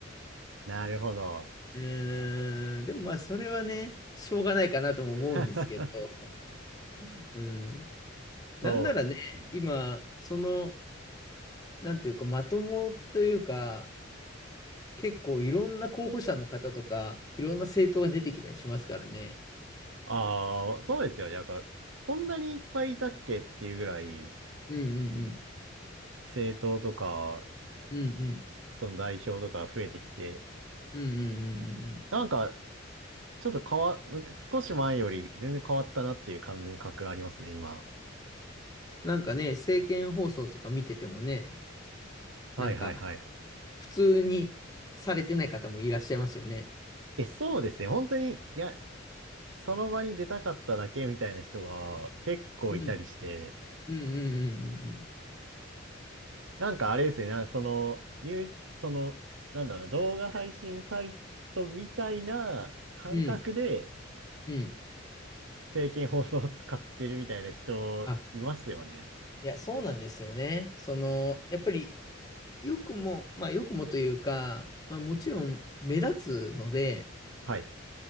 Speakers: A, on the right; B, on the left.
A: ー、なるほど。
B: うーん。でもまあそれはね、しょうがないかなとも思うんですけど。
A: <laughs>
B: うん。なんならね、
A: そうですね。
B: 今、その、なんていうか、まともというか、結構いろんな候補者の方とか、いろんな政党が出てきたりしますからね。
A: ああ、そうですよね。なんか、こんなにいっぱいいたっけっていうぐらい、
B: うんうんうん。
A: 政党とか、
B: うんうん。
A: その代表とか増えてきて、
B: うんうんうんうんうん。
A: なんか、ちょっと変わ、少し前より全然変わったなっていう感じの感覚ありますね、今。
B: なんかね、政見放送とか見ててもね、
A: はいはいはい。
B: なんか、普通にされてない方もいらっしゃいますよね。
A: え、そうですね。本当に、いや、その場に出たかっただけみたいな人が結構いたりして、
B: うん。うんうん
A: なんかあれですね、なんかその、言う、その、なんだろう、動画配信サイトみたいな感覚で
B: うんうんうん。うんうん。
A: 政見放送を使ってるみたいな人いますよね。
B: あ、いや、そうなんですよね。その、やっぱり、よくも、まあ、よくもというか、まあ、もちろん目立つので、
A: はい。